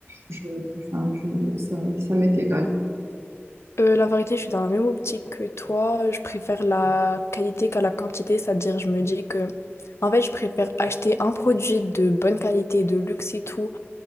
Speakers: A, on the right; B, on the left.
A: Je, enfin, je, ça, ça m'est égal.
B: Euh, la vérité, je suis dans la même optique que toi. Je préfère la qualité qu'à la quantité, c'est-à-dire, je me dis que, en fait, je préfère acheter un produit de bonne qualité, de luxe et tout,